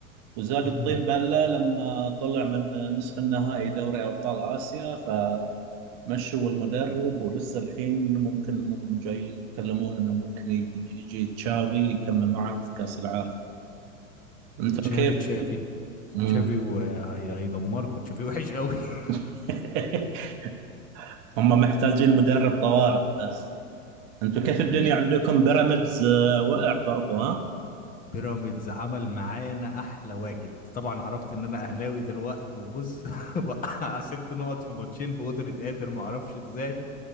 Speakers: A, on the right (about 35°); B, on the left (about 20°).
A: وزاد
B: امم
A: الطين بلة لما طلع من نصف النهائي دوري أبطال آسيا فمشوا المدرب ولسه الحين ممكن إنهم جايين يتكلمون إنه ممكن يجي يجي تشاوي يكمل معاهم في كأس العالم أنتم
B: تشافي
A: كيف
B: تشافي
A: الد- مم.
B: تشافي وهيدمركم تشافي وحش قوي <laughs>
A: <laughs> هم محتاجين مدرب طوارئ بس أنتم كيف الدنيا
B: ماشي
A: عندكم
B: ب-
A: بيراميدز آه، وقع برضه ها
B: بيراميدز عمل معانا احلى واجب انت طبعا عرفت ان انا اهلاوي دلوقتي وبص <laughs> وقع ست نقط في ماتشين بقدرة قادر ما اعرفش ازاي